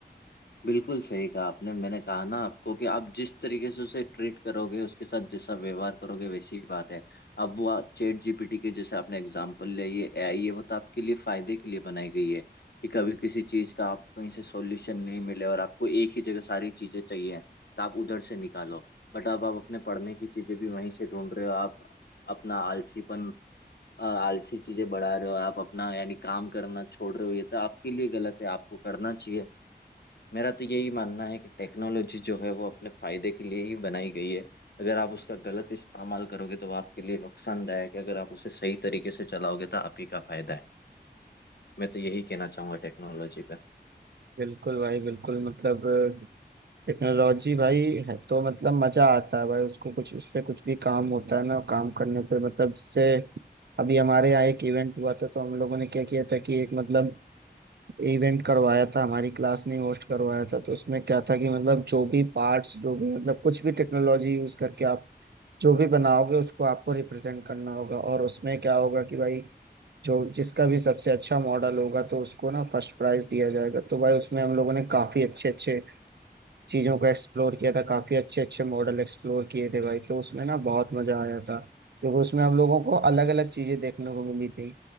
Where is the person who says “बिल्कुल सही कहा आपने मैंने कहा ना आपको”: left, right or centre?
Left